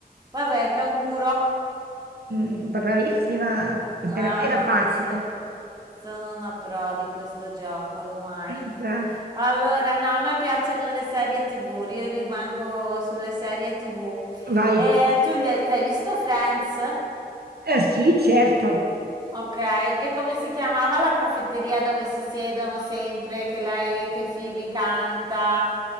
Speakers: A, on the right; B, on the right.
A: Vabbè, il canguro.
B: Mm, bravissima, questa
A: Ah,
B: era, era facile.
A: ma so- sono una pro di questo gioco ormai.
B: Mm, già.
A: Allora, no, a me piacciono le serie TV, io rimango sulle serie TV.
B: Vai.
A: E tu li- l'hai visto Friends?
B: Eh, sì, certo.
A: Ok, e come si chiamava la caffetteria dove si siedono sempre, che lei, che Phoebe canta?